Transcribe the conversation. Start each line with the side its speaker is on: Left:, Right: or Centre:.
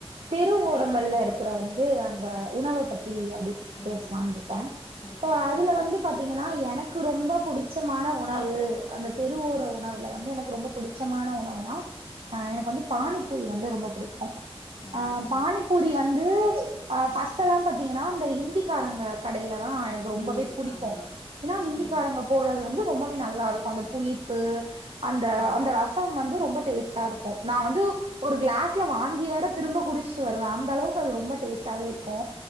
Right: தெரு ஓரங்கள்ல இருக்கிற வந்து அந்த உணவ பத்தி அப்படி
Left: ம்
Right: பேசலான்னு இருக்கே
Left: ம்
Right: இப்ப
Left: பேசலா
Right: அதுல வந்து பாத்தீங்க எனா எனக்கு ரொம்ப புடிச்சமான உன உணவு அந்த தெருவோர உணவுல வந்து எனக்கு ரொம்ப பிடிச்சமான உணவுனா அஹ் எனக்கு வந்து பானிப்பூரி வந்து ரொம்ப புடிக்கு
Left: ம்
Right: ஆஹ்
Left: ம்
Right: பானிப்பூரி வந்து அஹ் ஃபஸ்ட்ல பாத்தீங்கன்னா இந்த ஹிந்திக்காரங்க கடயில அ எனக்கு ரொம்பவே
Left: ம்
Right: புடிக்கும்
Left: ஆமா
Right: ஏன்னா இந்திக்காரங்க
Left: ம்
Right: போடுறது வந்து ரொம்பவே நல்லாருக்கும் அந்த புளிப்பு அந்த
Left: ம்
Right: அந்த ரச வந்து ரொம்ப டேஸ்டாருக்கு நா வந்து ஒரு கிளாஸ்ல வாங்கி வர திரும்ப குடிச்சுட்டு வருவே அந்த அளவுக்கு அது ரொம்ப டேஸ்ட்டாவே இருக்கு